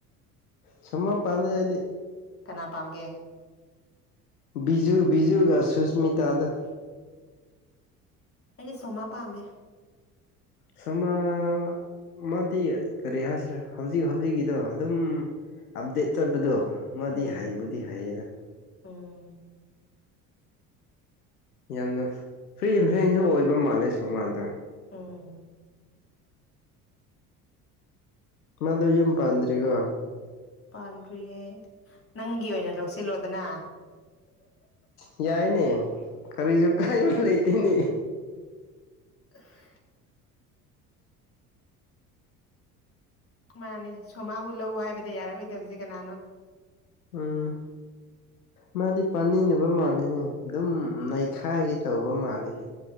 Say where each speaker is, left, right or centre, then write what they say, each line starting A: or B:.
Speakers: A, on the left; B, on the left.
A: ꯁꫭꯝꯃ ꯄꯝꯗ‌ꯦ ꯑꯩꯗꯤ
B: ꯀꯅꯥ ꯄꯥꯝꯒꯦ
A: ꯕꯤꯖꯨ ꯕꯤꯖꯨꯒ ꯁꯨꯁꯃꯤꯇꯥꯗꫭ
B: ꯑꯩꯗꯤ ꯁꫭꯝꯃꯥ ꯄꯝꯃ‌ꯦ
A: ꯁꫭꯝꯃꯔꯥ ꯃꯥꯗꯤ ꯀꯔꯤ ꯍꯥꯏꯁꯤꯔꯥ ꯍꯧꯖꯤꯛ ꯍꯧꯖꯤꯛꯀꯤꯗꯣ ꯑꯗꯨꯝ ꯑꯞꯗꯦꯠ ꯆꯠꯄꯗꯣ ꯃꯥꯗꯤ
B: ꯎꯝ
A: ꯍꯥꯏꯕꯨꯗꯤ ꯍꯥꯏꯌꯦꯗ
B: ꯎꯝ
A: ꯌꯥꯝꯅ ꯐ꯭ꯔꯤ ꯑꯦꯟ ꯐ꯭ꯔꯦꯡꯁꯨ ꯑꯣꯏꯕ ꯃꯥꯜꯂꯦ ꯁꯣꯃꯥꯗꯣ
B: ꯎꯝ
A: ꯃꯗꯣ ꯌꯨꯝ ꯄꯥꯟꯗ꯭ꯔꯤꯀꯣ
B: ꯄꯥꯟꯗ꯭ꯔꯤꯌꯦ ꯅꯪꯒꯤ ꯑꯣꯏꯅ ꯂꯧꯁꯤꯜꯂꯣꯗꯅ
A: ꯌꯥꯏꯅꯦ ꯀꯔꯤꯁꯨ ꯀꯥꯏꯕ ꯂꯩꯇꯦꯅꯦ
B: <inaudible> ꯃꯥꯅꯦ ꯁꯣꯃꯥꯕꯨ ꯂꯧ ꯍꯥꯏꯕꯗ ꯌꯥꯔꯛꯑꯣꯏꯗꯕꯁꯤ ꯀꯅꯥꯅꯣ
A: ꯎꯝ ꯃꯥꯗꯤ ꯄꯥꯅꯤꯡꯗꯕ ꯃꯥꯜꯂꯤꯅꯦ ꯑꯗꯨꯝ ꯅꯩꯈꯥꯏꯒꯦ ꯇꯧꯕ ꯃꯥꯜꯂꯤꯅꯦ